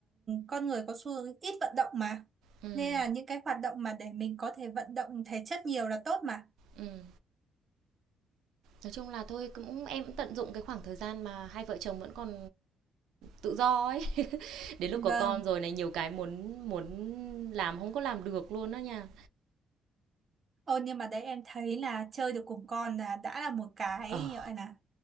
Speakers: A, on the right; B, on the right.
A: con người có xu hướng ít vận động mà.
B: ừm,
A: Nên là những cái hoạt động mà để mình có thể vận động thể chất nhiều là tốt mà.
B: ừm. Nói chung là thôi cũng em cũng tận dụng cái khoảng thời gian mà hai vợ chồng vẫn còn tự do ấy. <laughs> Đến lúc
A: Vâng,
B: có con rồi này nhiều cái muốn muốn làm không có làm được luôn đó nha.
A: ô nhưng mà đấy em thấy là chơi được cùng con là đã là một cái
B: Ờ,
A: gọi là